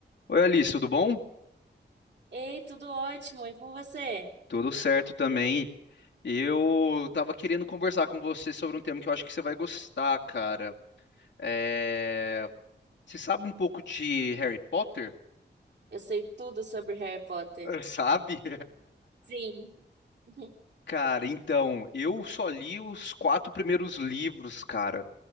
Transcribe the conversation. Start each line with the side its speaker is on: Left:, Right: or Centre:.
Left: Oi, Alice, tudo bom?
Right: Ei, tudo ótimo, e com você?
Left: Tudo certo também. Eu tava querendo conversar com você sobre um tema que eu acho que você vai gostar, cara. É... Você sabe um pouco de Harry Potter?
Right: Eu sei tudo sobre Harry Potter.
Left: <laughs> Sabe?
Right: Sim. <laughs>
Left: Cara, então, eu só li os quatro primeiros livros, cara.